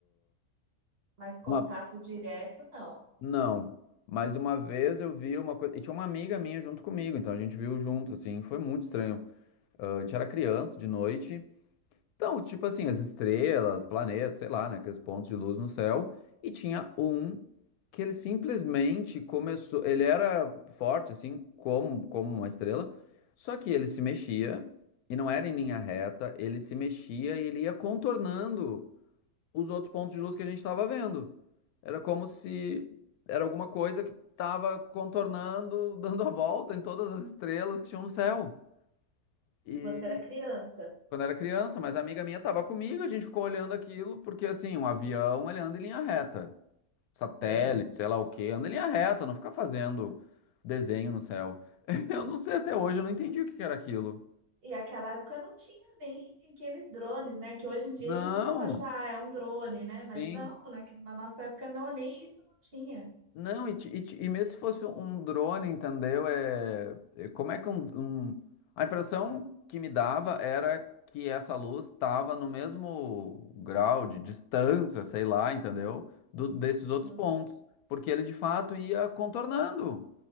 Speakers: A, on the right; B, on the left.
A: Mas contato
B: Uma,
A: direto, não.
B: não, mas uma vez eu vi uma coisa, e tinha uma amiga minha junto comigo, então a gente viu junto, assim, foi muito estranho. Ah, a gente era criança de noite, então, tipo assim, as estrelas, planetas, sei lá, né, aqueles pontos de luz no céu, e tinha um que ele simplesmente começou. Ele era forte, assim, como, como uma estrela, só que ele se mexia e não era em linha reta, ele se mexia e ele ia contornando os outros pontos de luz que a gente estava vendo. Era como se era alguma coisa que estava contornando, <laughs> dando a volta em todas as estrelas que tinham no céu. E
A: Você era criança.
B: quando era criança, mas a amiga minha estava comigo, a gente ficou olhando aquilo, porque assim, um avião ele anda em linha reta satélite,
A: Sim.
B: sei lá o quê, anda em linha reta, não fica fazendo desenho no céu. <laughs> Eu não sei até hoje, eu não entendi o que que era aquilo.
A: E aquela época não tinha nem aqueles drones, né? Que hoje em dia
B: Não,
A: a gente ainda pode falar, ah, é um drone, né? Mas
B: sim.
A: não, na, na nossa época não, nem isso não tinha.
B: Não, e, ti- e, ti- e mesmo se fosse um drone, entendeu? É, é- como é que um, um- A impressão que me dava era que essa luz estava no mesmo grau de distância, sei lá, entendeu? Do, desses outros
A: Uhum.
B: pontos. Porque ele de fato ia contornando.